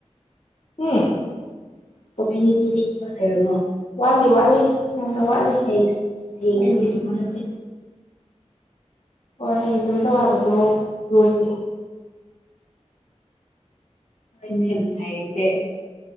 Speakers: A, on the left; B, on the left.
A: ꯎꯝ
B: ꯀꯃ꯭ꯌꯨꯅꯤꯇꯤꯗ ꯏꯕ ꯂꯩꯔꯕꯣ
A: ꯋꯥꯠꯂꯤ ꯋꯥꯠꯂꯤ ꯌꯥꯝꯅ ꯋꯥꯠꯂꯤ
B: ꯍꯁ ꯍꯁꯦꯇꯃ
A: ꯅꯪꯒꯤ
B: ꯍꯕ
A: ꯍꯣꯏ ꯍꯌꯦꯡ ꯁꯨꯃꯤꯠ ꯇꯧ ꯍꯥꯏꯕꯗꯣ ꯂꯣꯏꯗꯦ
B: ꯉꯁꯦ